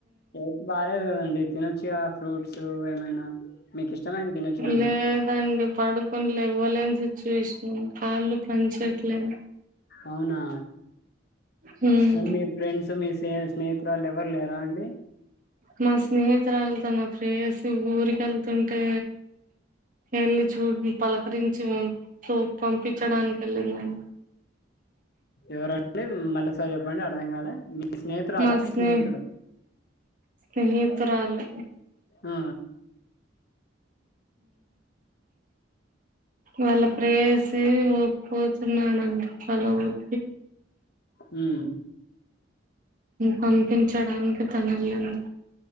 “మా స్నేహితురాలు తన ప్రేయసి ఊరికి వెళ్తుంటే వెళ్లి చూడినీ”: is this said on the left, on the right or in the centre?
Right